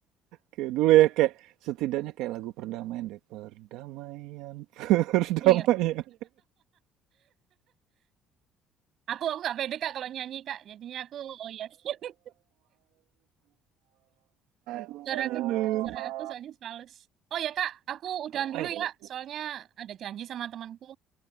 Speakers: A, on the right (about 85°); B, on the right (about 45°).
A: kayak dulu ya kayak setidaknya kayak lagu perdamaian deh. Perdamaian, <laughs> perdamaian.
B: Iya. Aku aku nggak pede Kak kalau nyanyi Kak. Jadinya aku oh iya. <laughs>
A: Aduh.
B: Suara aku suara aku soalnya halus. Oh ya Kak, aku udahan dulu
A: Eh,
B: ya. Soalnya ada janji sama temanku.